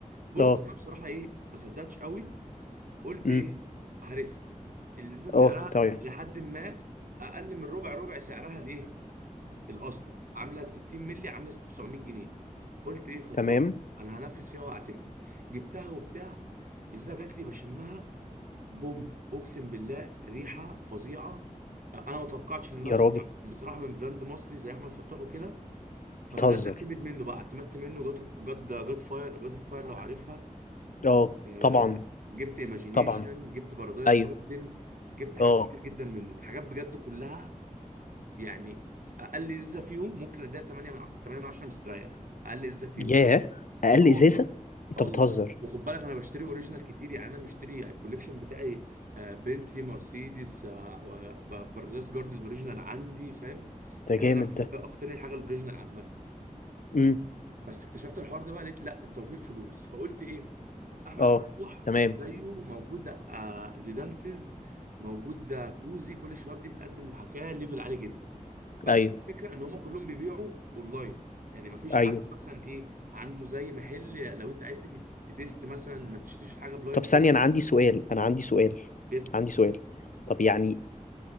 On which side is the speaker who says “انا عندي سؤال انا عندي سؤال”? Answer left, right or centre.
Left